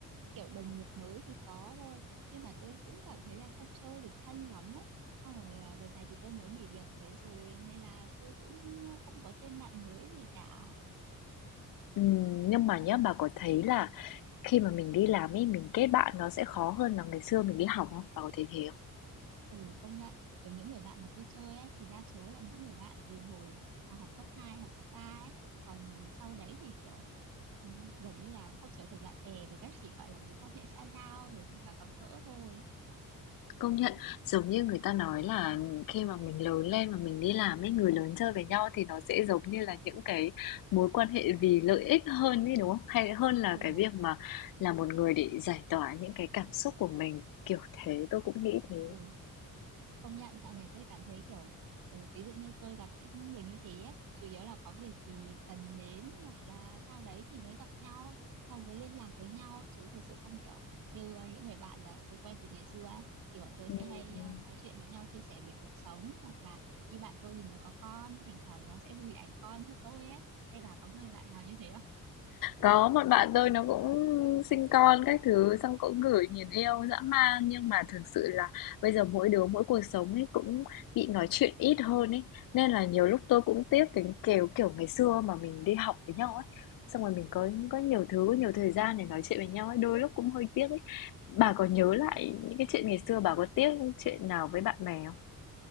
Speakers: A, on the right; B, on the left.
A: kiểu đồng nghiệp mới thì có thôi, nhưng mà tôi cũng cảm thấy là không chơi được thân lắm ấy. Xong rồi à, đợt này thì tôi mới nghỉ việc ở đấy rồi, nên là tôi cũng không có thêm bạn mới gì cả.
B: Ừm, nhưng mà nhá, bà có thấy là khi mà mình đi làm ấy, mình kết bạn nó sẽ khó hơn là ngày xưa mình đi học không? Bà có thấy thế không?
A: Ồ công nhận kiểu những người bạn mà tôi chơi ấy thì đa số là những người bạn từ hồi mà học cấp 2, học cấp 3 ấy còn sau đấy thì kiểu ừ, gần như là không trở thành bạn bè được các chỉ gọi là mối quan hệ xã giao rồi thỉnh thoảng gặp gỡ thôi
B: Công nhận, giống như người ta nói là khi mà mình lớn lên và mình đi làm ấy, người lớn chơi với nhau thì nó sẽ giống như là những cái mối quan hệ vì lợi ích hơn ấy đúng không? Hay hơn là
A: ồ
B: cái việc mà là một người để giải tỏa những cái cảm xúc của mình, kiểu thế, tôi cũng nghĩ thế.
A: ồ công nhận dạo này tôi cảm thấy kiểu ừ, ví dụ như tôi gặp những người như thế ấy chủ yếu là có việc gì cần đến hoặc là sau đấy thì mới gặp nhau xong mới liên lạc với nhau chứ thực sự không kiểu như ờ, những người bạn là tôi quen từ ngày xưa ấy thì bọn tôi
B: Ừm.
A: sẽ hay ờ, nói chuyện với nhau chia sẻ về cuộc sống hoặc là như bạn tôi thì mới có con thỉnh thoảng ờ, sẽ gửi ảnh con cho tôi ấy em là có người bạn nào như thế
B: Có một bạn tôi nó cũng sinh con các thứ xong cũng gửi nhìn yêu dã man nhưng mà thực sự là bây giờ mỗi đứa mỗi cuộc sống ấy cũng bị nói chuyện ít hơn ấy nên là nhiều lúc tôi cũng tiếc cái kiểu kiểu ngày xưa mà mình đi học với nhau ấy xong rồi mình có
A: không
B: có nhiều thứ có nhiều thời gian để nói chuyện với nhau ấy đôi lúc cũng hơi tiếc ấy bà có nhớ lại những cái chuyện ngày xưa bà có tiếc chuyện nào với bạn bè không